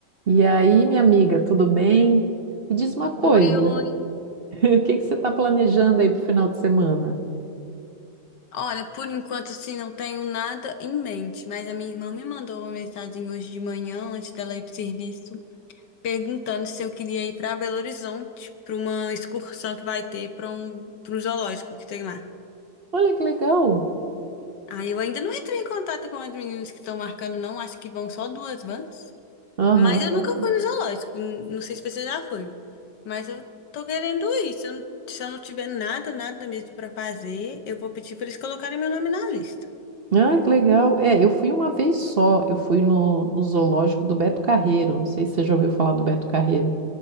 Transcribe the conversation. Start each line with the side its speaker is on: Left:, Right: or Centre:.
Right: E aí, minha amiga, tudo bem? Me diz uma coisa,
Left: Oi, oi.
Right: <laughs> o que que você está planejando aí para o final de semana?
Left: Olha, por enquanto assim não tenho nada em mente, mas a minha irmã me mandou uma mensagem hoje de manhã, antes dela ir pro serviço, perguntando se eu queria ir pra Belo Horizonte, pra uma excursão que vai ter para um pro zoológico que tem lá.
Right: Olha que legal!
Left: Aí eu ainda não entrei em contato com as meninas que estão marcando, não, acho que vão só duas vans.
Right: Aham.
Left: Mas eu
Right: Olha.
Left: nunca fui no zoológico, n- não sei se você já foi, mas eu tô querendo ir. Se eu, não- se eu não tiver nada, nada mesmo pra fazer, eu vou pedir pra eles colocarem meu nome na lista.
Right: Ah, que legal! É, eu fui uma vez só, eu fui no, no zoológico do Beto Carreiro, não sei se você já ouviu falar do Beto Carreiro.